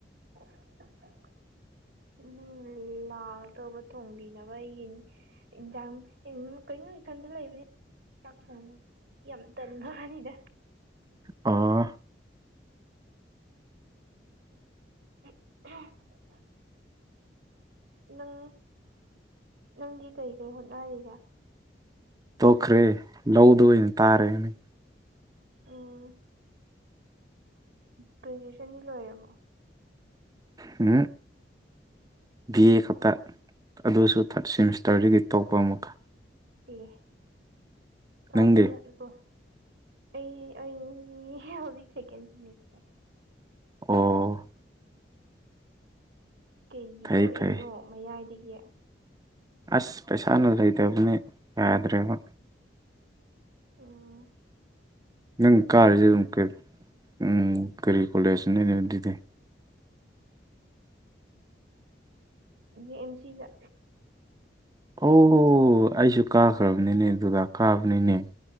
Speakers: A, on the right; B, on the right.
A: <unintelligible> ꯅꯪ ꯂꯥꯛꯗꯧꯕ ꯊꯣꯡꯕꯤꯅꯕ ꯑꯩꯒꯤ ꯑꯦꯛꯖꯥꯝ ꯀꯔꯤꯅꯣ ꯏꯊꯟꯗ ꯂꯩꯕꯅꯤ ꯥꯆꯦꯛ ꯊꯣꯡꯕ ꯌꯥꯝ ꯇꯟꯕ ꯋꯥꯅꯤꯗ
B: ꯑ
A: <unintelligible> <inaudible> ꯅꯪ ꯅꯪꯗꯤ ꯀꯔꯤ ꯀꯔꯤ ꯍꯣꯠꯅꯔꯤꯒꯦ꯫
B: ꯇꯣꯛꯈ꯭ꯔꯦ ꯂꯧꯗ ꯑꯣꯏꯅ ꯇꯥꯔꯦꯅꯦ꯫
A: ꯎꯝ ꯒ꯭ꯔꯦꯖꯨꯌꯦꯦꯁꯟꯗꯤ ꯂꯣꯏꯔꯕꯣ
B: ꯎꯝ ꯕ ꯑꯥ ꯈꯥꯛꯇꯥ
A: ꯑꯣ
B: ꯑꯗꯨꯁꯨ ꯊꯥꯔꯠ ꯁꯦꯃꯤꯁꯇꯔꯗꯒꯤ ꯇꯄ ꯑꯃꯨꯛꯀ
A: ꯑꯦ ꯀꯥꯕ
B: ꯅꯪꯗꯤ
A: ꯌꯥ ꯑꯣ ꯑꯩ ꯑꯩ ꯍꯧꯖꯤꯛ ꯁꯦꯀꯦꯟ ꯁꯦꯃꯤꯁꯇꯔ
B: ꯑꯣ
A: ꯀꯩꯒꯤ
B: ꯐꯩ
A: ꯇ ꯊꯣꯛꯏꯅꯣ
B: ꯐꯩ
A: ꯃꯌꯥꯏꯗꯒꯤ꯫
B: ꯑꯁ ꯄꯩꯁꯥꯅ ꯂꯩꯇꯕꯅꯦ ꯌꯥꯗ꯭ꯔꯦꯕ
A: ꯎꯝ
B: ꯅꯪ ꯀꯥꯔꯤꯁꯦ ꯑꯗꯨꯝ ꯀ ꯎꯝ ꯀꯔꯤ ꯀꯣꯂꯦꯖꯅꯤ ꯑꯗꯨ ꯑꯗꯨ ꯑꯗꯨꯗꯤ
A: ꯎꯝ ꯖꯤ ꯑꯦꯝ ꯁꯤꯗ
B: ꯑꯣꯍꯣ ꯑꯩꯁꯨ ꯀꯥꯈ꯭ꯔꯕꯅꯤꯅꯦ ꯗꯨꯗꯥ ꯀꯥꯕꯅꯤꯅꯦ꯫